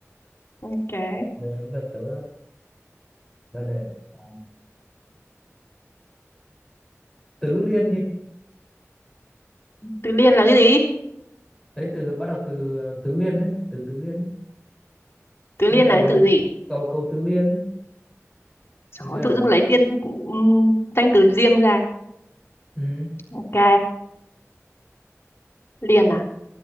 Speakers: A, on the left (about 55°); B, in the centre.
A: Ok.
B: đến đến lượt tớ ra đề à, tứ liên đi
A: Từ liên là cái gì?
B: đấy từ bắt đầu từ ờ, tứ liên đấy từ tứ liên
A: Từ
B: tên
A: liên
B: cầu
A: là cái từ gì?
B: cầu cầu tứ liên
A: Trời
B: được chưa
A: ơi, tự
B: ạ?
A: dưng lấy liên ừm, danh từ riêng ra.
B: ừ.
A: Ok, liên à?